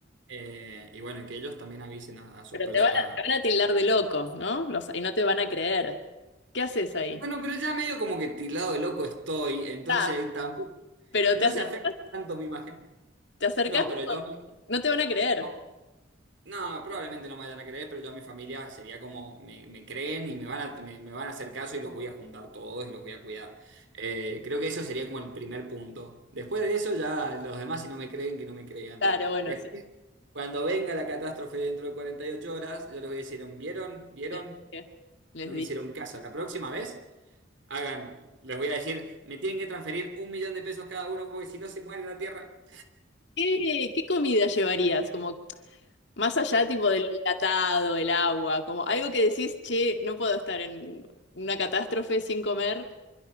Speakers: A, on the right; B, on the left.
A: Eh, y bueno, y que ellos también avisen a, a sus
B: Pero
A: personas.
B: te van a, te van a tildar de loco, ¿no? Los- y no te van a creer. ¿Qué haces ahí?
A: Bueno, pero ya medio como que tildado de loco estoy, entonces
B: Ah,
A: tampoco
B: pero
A: no
B: te, acer-
A: se afecta tanto mi imagen.
B: te acercas,
A: No,
B: pero
A: pero yo a mi-
B: no te van a creer.
A: no, no, probablemente no me vayan a creer, pero yo a mi familia sería como me, me creen y me van a, me, me van a hacer caso y los voy a juntar todos y los voy a cuidar. Eh, creo que eso sería como el primer punto. Después de eso, ya los demás, si no me creen, que no me crean.
B: Claro, bueno,
A: Después,
B: sí.
A: cuando venga la catástrofe dentro de 48 horas, yo les voy a decir, ¿vieron? ¿Vieron?
B: Les dije. les
A: No
B: dije.
A: me hicieron caso. La próxima vez, hagan, les voy a decir, me tienen que transferir un millón de pesos cada uno porque si no se muere la tierra.
B: ¿Qué, qué comida llevarías? Como más allá tipo de lo enlatado, el agua, como algo que decís, che, no puedo estar en una catástrofe sin comer,